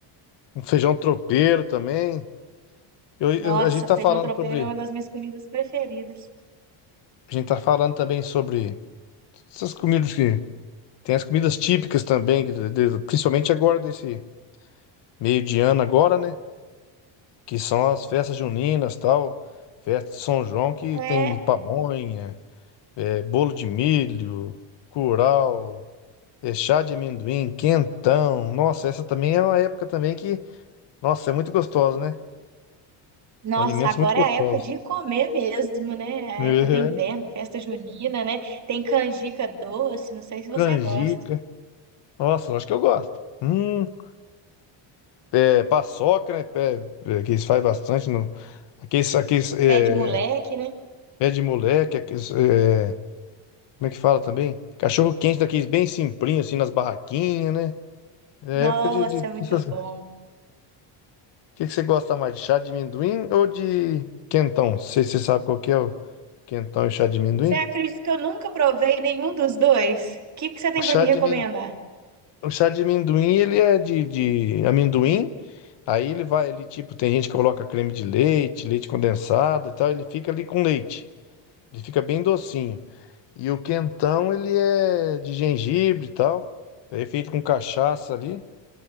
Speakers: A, on the left; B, on the right.
A: um feijão tropeiro também. Eu, eu-
B: nossa,
A: a gente tá
B: feijão
A: falando
B: tropeiro
A: sobre,
B: é uma das minhas comidas preferidas.
A: a gente tá falando também sobre essas comidas que tem as comidas típicas também, que de- de- principalmente agora desse meio de ano agora, né? Que são as festas juninas, tal, festa de São João que
B: É
A: tem pamonha, é, bolo de milho, curau, é, chá de amendoim, quentão. Nossa, essa também é uma época também que Nossa, é muito gostoso, né?
B: Nossa,
A: Alimentos
B: agora
A: muito gostosos.
B: é a época de comer mesmo, né? A
A: É,
B: época do inverno, festa junina, né? Tem canjica doce, não sei se você
A: canjica.
B: gosta.
A: Nossa, acho que eu gosto. Hum, é, paçoca, né? Pé, é, que eles fazem bastante. No, aqueles, aqueles, é,
B: Pé de moleque, né?
A: pé de moleque. Aqueles, é, como é que fala também? Cachorro quente daqueles bem simplinho, assim, nas barraquinhas, né? É
B: Nossa,
A: época de... de
B: muito
A: essas-
B: bom.
A: o que, que você gosta mais, de chá de amendoim ou de quentão? Não sei se você sabe qual que é o quentão e o chá de amendoim.
B: Você acredita que eu nunca provei nenhum dos dois? O que que você tem
A: O chá
B: para me
A: de
B: recomendar?
A: amendoim... O chá de amendoim, ele é de, de amendoim. Aí ele vai, ele tipo, tem gente que coloca creme de leite, leite condensado e tal, ele fica ali com leite. Ele fica bem docinho. E o quentão, ele é de gengibre e tal. É feito com cachaça ali.